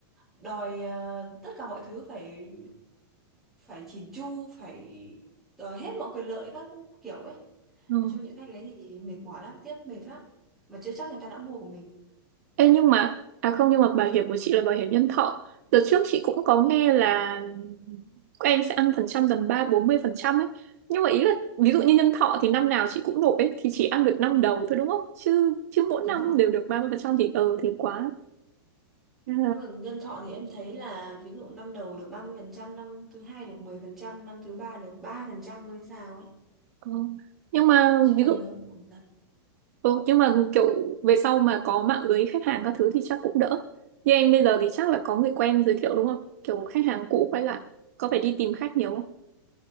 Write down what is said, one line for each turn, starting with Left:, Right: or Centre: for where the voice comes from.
Centre: đòi ờ, tất cả mọi thứ phải phải chỉn chu phải đòi hết mọi quyền lợi các kiểu ấy
Right: Ừ.
Centre: nói chung những khách đấy thì mệt mỏi lắm tiếp mệt lắm mà chưa chắc người ta đã mua của mình
Right: Ê, nhưng mà à không nhưng mà bảo hiểm của chị là bảo hiểm nhân thọ đợt trước chị cũng có nghe là các em sẽ ăn phần trăm tầm ba bốn mươi phần trăm ấy nhưng mà ý là ví dụ như nhân thọ thì năm nào chị cũng nộp ấy thì chỉ ăn được năm đầu thôi đúng không chứ chứ mỗi
Centre: đúng
Right: năm
Centre: rồi
Right: đều được ba mươi phần trăm thì ờ thì quá Ờ,
Centre: Đúng rồi, nhân thọ thì em thấy là ví dụ năm đầu được ba mươi phần trăm năm thứ hai được mười phần trăm năm thứ ba được 3% mới sao ấy.
Right: Ờ, Nhưng mà
Centre: Nói chung
Right: ví
Centre: là
Right: dụ
Centre: nhớ phòng dần.
Right: ờ, nhưng mà kiểu về sau mà có mạng lưới khách hàng các thứ thì chắc cũng đỡ. Như em bây giờ thì chắc là có người quen giới thiệu đúng không? Kiểu khách hàng cũ quay lại có phải đi tìm khách nhiều không?